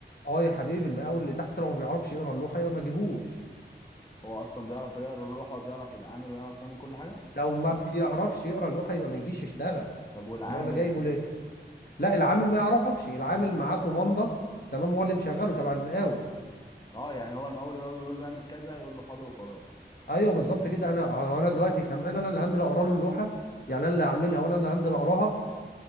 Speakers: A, on the left; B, on the left.
A: اه يا حبيبي المقاول اللي تحت لو ما بيعرفش يقرا اللوحه يبقى ما جيبوش
B: هو اصلا بيعرف يقرا اللوحه وبيعرف يتعامل ويعرف يعمل كل حاجه
A: لو ما بيعرفش يقرا اللوحه يبقى ما يجيش يشتغل
B: طب والعامل
A: امال انا جايبه ليه لا العامل ما يعرفش العامل معاه كومانده تمام هو اللي مشغله تبع المقاول
B: اه يعني هو المقاول يقعد يقول له اعمل كذا يقول له حاضر وخلاص
A: ايوه بالظبط كده انا آه، انا دلوقتي كمان انا اللي هنزل اقرا له اللوحه يعني انا اللي هعملها وانا اللي هنزل اقراها